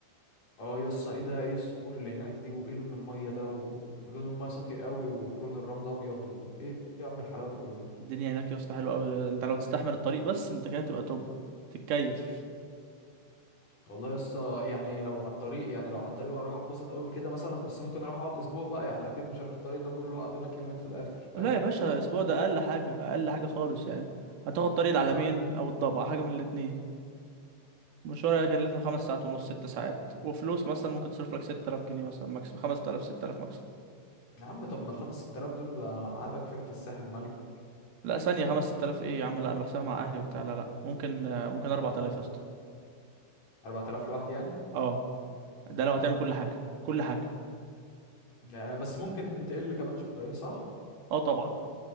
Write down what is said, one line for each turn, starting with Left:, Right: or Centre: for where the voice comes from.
Left: اه يا اسطى ايه ده ايه الصخور اللي هناك دي وايه لون الميه ده ولون الميه صافي قوي ولون الرمل ابيض وايه يا عم الحلاوه دي كلها
Right: الدنيا هناك يا اسطى حلوه قوي انت لو تستحمل الطريق بس انت كده تبقى توب تتكيف
Left: والله يا اسطى يعني لو على الطريق يعني لو على الطريق هروح اتبسط قوي كده مثلا بس ممكن اروح اقعد اسبوع بقى يعني اكيد مش هروح الطريق ده كله اقعد هناك يومين في الاخر فاهم
Right: لا يا باشا اسبوع ده اقل حاجه اقل حاجه خالص يعني هتاخد طريق العلمين
Left: بقى
Right: او الضبع حاجه من الاتنين المشوار هيكلف له خمس ساعات ونص ست ساعات وفلوس مثلا ممكن تصرف لك 6000 جنيه مثلا ماكس 5000 6000 ماكس
Left: يا عم طب ما الخمس ست آلاف دول انا قعدك فيهم في الساحل الملك <laughs>
Right: لا ثانيه 5 6000 ايه يا عم لا انا بحسبها مع اهلي وبتاع لا لا ممكن آه، ممكن 4000 يا اسطى
Left: 4000 لوحدي يعني
Right: اه ده لو هتعمل كل حاجه كل حاجه
Left: آه، بس ممكن تقل كمان شويه صح
Right: اه طبعا